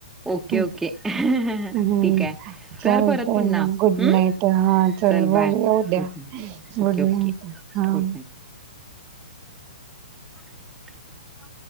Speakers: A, in the centre; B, on the right (about 30°).
A: ओके
B: हं
A: ओके. <unintelligible> हा
B: हं
A: ठीक आहे.
B: चालतंय
A: कर परत पुन्हा.
B: मग गुड
A: हं?
B: नाईट हा
A: चल बाय,
B: बोलूया उद्या
A: गुड night.
B: Good
A: okay okay.
B: Night हा.
A: Good night. <inaudible>